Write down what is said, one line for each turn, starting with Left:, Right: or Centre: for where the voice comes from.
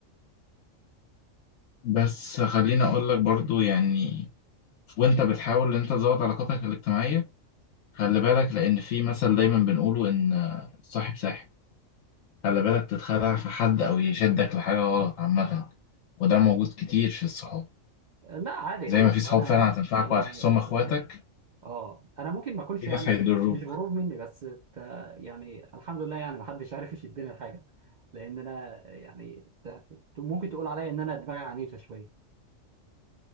Left: بس خليني أقول لك برضو يعني وأنت بتحاول إن أنت تزود علاقاتك الاجتماعية خلي بالك لأن في مثل دايما بنقوله إن صاحب ساحب خلي بالك تتخدع في حد أو يشدك لحاجة غلط عامة وده موجود كتير في الصحاب
Right: لا عادي
Left: زي
Right: هو
Left: ما في صحاب
Right: انا
Left: فعلا هتنفعك
Right: انا
Left: وهتحسهم
Right: يعني
Left: إخواتك
Right: اه انا ممكن ما اكونش
Left: في ناس
Right: يعني
Left: هيضروك
Right: مش غرور مني بس ت... يعني الحمد لله يعني ما حدش عارف يشدني لحاجه لان انا يعني ت... ت- ممكن تقول عليا ان انا دماغي عنيفه شويه